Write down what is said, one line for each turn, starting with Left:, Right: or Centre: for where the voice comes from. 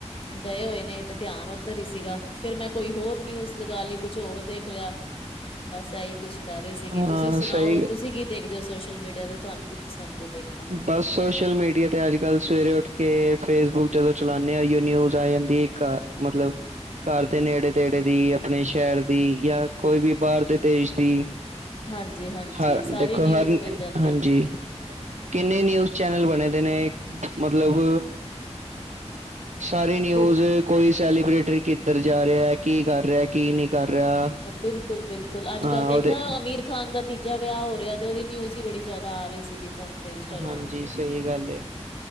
Left: ਗਏ ਹੋਏ ਨੇ ਤੇ ਧਿਆਨ ਉੱਧਰ ਹੀ ਸੀਗਾ ਫਿਰ ਮੈਂ ਕੋਈ ਹੋਰ ਨਿਊਜ਼ ਲਗਾ ਲਈ ਕੁਛ ਹੋਰ ਦੇਖ ਲਿਆ। ਬਸ ਇਹੀ ਕੁਛ ਕਰ ਰਹੇ ਸੀਗੇ
Right: ਹਾਂ
Left: ਤੁਸੀਂ ਸੁਣਾਓ
Right: ਸਹੀ
Left: ਤੁਸੀਂ ਕੀ ਦੇਖਦੇ ਹੋ ਸੋਸ਼ਲ ਮੀਡੀਆ ਤੇ ਤੁਹਾਨੂੰ ਕੀ ਪਸੰਦ ਦੇਖ
Right: ਬਸ ਸੋਸ਼ਲ ਮੀਡੀਆ 'ਤੇ ਅੱਜ-ਕੱਲ੍ਹ ਸਵੇਰੇ ਉੱਠ ਕੇ ਫੇਸਬੁੱਕ ਜਦੋਂ ਚਲਾਉਂਦੇ ਹਾ ਯਾ ਨਿਊਜ਼ ਆ ਜਾਂਦੀ ਏ ਇੱਕ ਮਤਲਬ ਘਰ ਦੇ ਨੇੜੇ ਪਿੰਡ ਦੀ ਆਪਣੇ ਸ਼ਹਿਰ ਦੀ ਯਾ ਕੋਈ ਵੀ ਬਾਹਰ ਦੇ ਦੇਸ਼ ਦੀ
Left: ਹਾਂਜੀ-ਹਾਂਜੀ
Right: ਹਰ
Left: ਸਾਰੀ
Right: ਦੇਖੋ
Left: ਨਿਊਜ਼
Right: ਹਰ
Left: ਮਿਲ ਜਾਂਦੀ
Right: ਹਾਂਜੀ
Left: ਹੈ
Right: ਕਿੰਨੇ ਨਿਊਜ਼ ਚੈਨਲ ਬਣੇ ਦੇ ਨੇ ਮਤਲਬ ਸਾਰੀ ਨਿਊਜ,
Left: ਬ
Right: ਕੋਈ ਸੈਲੀਬ੍ਰਿਟੀ ਕਿੱਧਰ ਜਾ ਰਿਹਾ, ਕੀ ਕਰ ਰਿਹਾ, ਕੀ ਨਹੀ। ਕਰ ਰਿਹਾ।
Left: ਬਿਲਕੁਲ-ਬਿਲਕੁਲ, ਅੱਜ-ਕੱਲ
Right: ਹਾਂ
Left: ਦੇਖਿਆ
Right: ਉਹਦੇ
Left: ਅਮੀਰ ਖਾਨ ਦਾ ਤੀਜਾ ਵਿਆ ਹੋ ਰਿਆ ਤੇ ਓਦੀ ਨਿਊਜ਼ ਈ ਬੜੀ ਜੈਦਾ ਆ ਰਈ ਸੀਗੀ ਫੋਨ ਤੇ ਇੰਸਟਾਗ੍ਰਾਮ
Right: ਹਾਂਜੀ
Left: ਤੇ,
Right: ਸਹੀ ਗੱਲ ਏ,